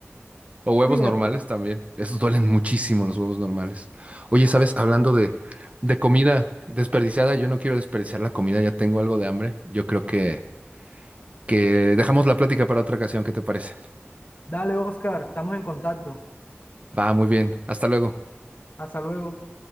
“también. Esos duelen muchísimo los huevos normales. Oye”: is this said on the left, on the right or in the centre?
Right